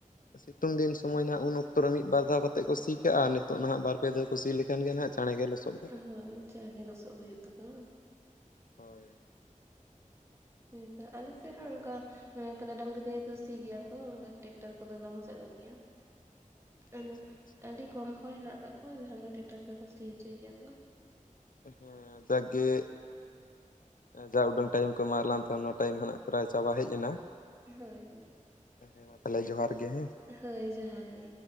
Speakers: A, on the left; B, on the right.
A: ᱥᱤᱛᱩᱝ ᱫᱤᱱ ᱥᱚᱢᱚᱭ ᱱᱟᱦᱟᱜ ᱩᱱ ᱚᱠᱛᱚ ᱨᱮ ᱢᱤᱫ ᱵᱟᱨ ᱫᱷᱟᱣ ᱠᱟᱛᱮᱫ ᱠᱚ ᱥᱤ ᱠᱟᱜ-ᱟ᱾ ᱱᱤᱛᱚᱜ ᱱᱟᱦᱟᱜ ᱵᱟᱨ ᱯᱮ ᱫᱷᱟᱣ ᱠᱚ ᱥᱤ ᱞᱮᱠᱷᱟᱱ ᱜᱮ ᱦᱟᱜ ᱪᱟᱬᱮ ᱜᱮ ᱞᱚᱥᱚᱫᱚᱜ-ᱟ᱾
B: ᱦᱳᱭ ᱪᱟᱬᱜᱮ ᱞᱚᱥᱚᱜ ᱦᱩᱭᱩᱜ ᱛᱟᱠᱚᱣᱟ᱾
A: ᱦᱳᱭ᱾
B: ᱦᱮᱸᱛᱚ ᱟᱞᱮ ᱥᱮᱫ ᱦᱚᱸ ᱚᱱᱠᱟ ᱦᱮᱸ ᱛᱚᱵᱮ ᱰᱟᱝᱨᱤ ᱛᱮᱜᱮ ᱥᱤ ᱜᱮᱭᱟ ᱠᱚ ᱴᱮᱠᱴᱟᱨ ᱠᱚᱫᱚ ᱵᱟᱝ ᱪᱟᱹᱞᱩᱜ ᱜᱮᱭᱟ᱾ ᱟᱫᱚ
A: ᱟᱪᱪᱷᱟ ᱟᱪᱪᱷᱟ
B: ᱟᱹᱰᱤ ᱠᱚᱢ ᱦᱚᱲ ᱦᱮᱱᱟᱜ ᱠᱟᱜ ᱠᱚᱣᱟ ᱡᱟᱦᱟᱸ ᱫᱚ ᱴᱮᱠᱴᱟᱨ ᱛᱮᱠᱚ ᱥᱤ ᱦᱚᱪᱚᱭ ᱜᱮᱭᱟ ᱠᱚ᱾
A: ᱦᱮᱸ ᱡᱟᱜᱜᱮ ᱡᱟ ᱩᱰᱟᱹᱝ ᱴᱟᱭᱤᱢ ᱠᱚ ᱮᱢᱟᱜ ᱞᱟᱝ ᱛᱟᱦᱮ ᱚᱱᱟ ᱴᱟᱭᱤᱢ ᱦᱟᱜ ᱯᱨᱟᱭ ᱪᱟᱵᱟ ᱦᱮᱡ ᱮᱱᱟ
B: ᱦᱳᱭ ᱦᱳᱭ᱾
A: ᱦᱮᱸ ᱢᱟ ᱛᱟᱦᱚᱞᱮ ᱡᱚᱦᱟᱸᱨ ᱜᱮ ᱦᱮᱸ᱾
B: ᱦᱳᱭ ᱡᱚᱦᱟᱸᱨ ᱜᱮ᱾